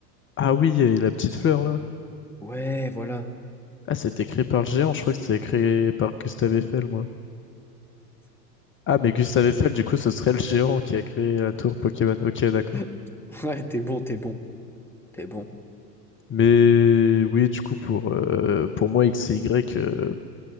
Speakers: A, on the left; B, in the centre.
A: Ah oui, et la petite fleur, là.
B: Ouais, voilà.
A: Ah, c'était créé par le géant. Je crois que c'était créé par Gustave Eiffel, moi. Ah, mais Gustave Eiffel, du coup, ce serait le géant qui a créé la tour Pokémon. Ok, d'accord.
B: <laughs> Ouais, t'es bon, t'es bon, t'es bon.
A: Mais oui, du coup, pour, euh, pour moi, X et Y, euh,